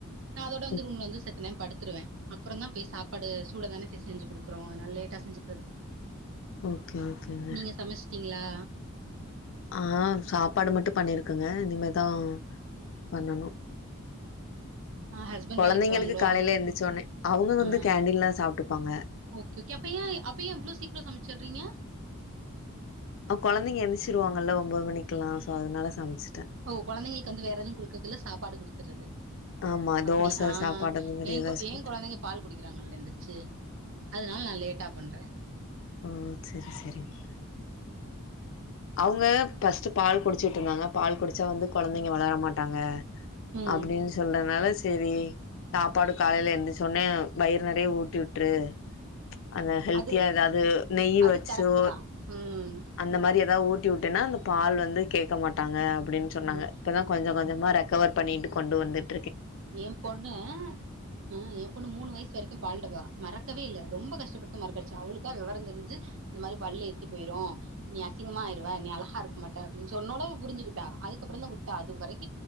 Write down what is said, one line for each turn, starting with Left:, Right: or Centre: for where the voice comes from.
Right: நா அதோட வந்து
Left: ம்.
Right: ரூம்ல வந்து செத்தநேம் படுத்துருவே அப்புறந்தா போய் சாப்பாடு சூடாதான செ செஞ்சி குடுக்குறோ அதுனால லேட்டா செஞ்சிக்றது
Left: ஓகே ஓகேங்க
Right: நீங்க சமச்சிட்டீங்ளா
Left: ஆம் சாப்பாடு மட்டு பண்ணிருக்கங்க இனிமேதா பண்ணணு
Right: ஹஸ்பண்ட்
Left: கொழந்தைங்களுக்கு
Right: வேலைக்கு போவாங்களோ
Left: காலையில
Right: அவங்களுக்கு
Left: எந்திச்ச ஒடனே அவங்க வந்து
Right: ஆ
Left: கேண்டின்ல சாப்டுப்பாங்க
Right: ஓகே ஓக் அப்ப ஏ அப்ப ஏ இவ்ளோ சீக்ரோ சமச்சிர்றீங்க
Left: அ கொழந்தைங்க எந்திச்சிருவாங்கல்ல ஒம்போது மணிக்கலா சோ அதனால சமச்சிட்டே
Right: ஓ கொழந்தைங்களுக்கு வந்து வேற எதுவு குடுக்கற்தில்ல சாப்பாடு குடுத்துட்றது
Left: ஆமா
Right: அப்டி
Left: தோச
Right: ஆஹ்
Left: சாப்பாடு அந்த மாரி
Right: ஏ
Left: ஏதாச்சு
Right: கோ ஏ
Left: குடுத்து
Right: கொழந்தைங்க பால் குடிக்கிறாங்கல்ல எந்திரிச்சி அதுனால் நா லேட்டா பண்றே
Left: ஆ செரி செரிங்க அவங்க ஃபஸ்ட்டு பால் குடிச்சிட்ருந்தாங்க பால் குடிச்சா வந்து கொழந்தைங்க வளர மாட்டாங்க
Right: ம்.
Left: அப்புடின் சொன்னதுனால செரி சாப்பாடு காலைல எந்தி சொன்னே வயிறு நறைய ஊட்டி வுட் று அத ஹெல்த்தியா
Right: அது
Left: ஏதாவது நெய்யி
Right: அது
Left: வச்சோ
Right: கரெக்ட்டு தான். ம்.
Left: அந்த மாரி ஏதாது ஊட்டி வுட்டேனா அந்த பால் வந்து கேக்க மாட்டாங்க அப்டின்ச் சொன்னாங்க
Right: ம்.
Left: இப்பதா கொஞ்ச கொஞ்சமா ரெக்கவர் பண்ணிட்டு கொண்டு வந்துட்
Right: ஏ பொண்ணு ஆ எ பொண்ணு மூணு வயசு வரிக்கு பால்டப்பா மறக்கவே இல்ல ரொம்ப கஷ்டப்படுத்த மறக்கடைச்சு அவளுக்கா வெவரம் தெரிஞ்சு இந்த மாரி பல் ஏத்தி போயிரு நீ அசிங்கமாய்றுவ நீ அழகா இருக் மாட்ட அப்டின் சொன்னோனே அவ புரிஞ்சுக்கிட்டா அதுக்கப்புற தா விட்டா அது வரைக்